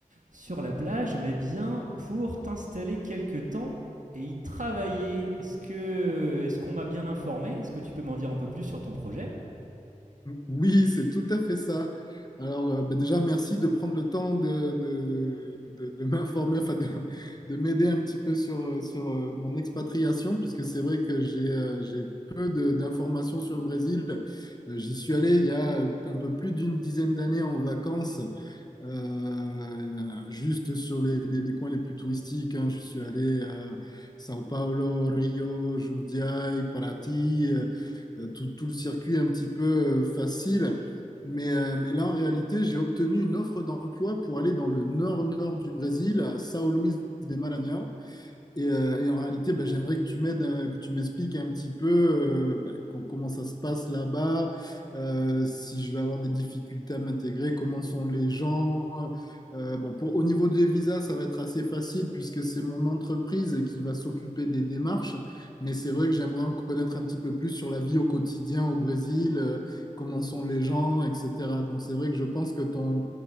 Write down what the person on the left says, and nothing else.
Oui, c'est tout à fait ça. Alors, euh, bah, déjà, merci de prendre le temps de, de, de- de m'informer, enfin de, de m'aider un petit peu sur, euh, sur euh, mon expatriation, puisque c'est vrai que j'ai euh, j'ai peu de- d'informations sur le Brésil. Euh, j'y suis allé il y a euh, un peu plus d'une dizaine d'années en vacances euh, juste sur les, les- les coins les plus touristiques, hein, je suis allé à Sao Paulo, Rio, Jundiaí, Paraty, euh, euh, tout, tout le circuit un petit peu euh, facile. Mais, euh, mais là, en réalité, j'ai obtenu une offre d'emploi pour aller dans le nord-nord du Brésil, à São Luís de Maranhão. Et, euh, et en réalité, bah, j'aimerais que tu m'aides, euh, que tu m'expliques un petit peu euh, bah, com- comment ça se passe là-bas, euh, si je vais avoir des difficultés à m'intégrer, comment sont les gens. Euh, euh, bon, pour, au niveau des visas, ça va être assez facile puisque c'est mon entreprise qui va s'occuper des démarches. Mais c'est vrai que j'aimerais en connaître un petit peu plus sur la vie au quotidien au Brésil, euh, comment sont les gens, etc. Donc c'est vrai que je pense que ton,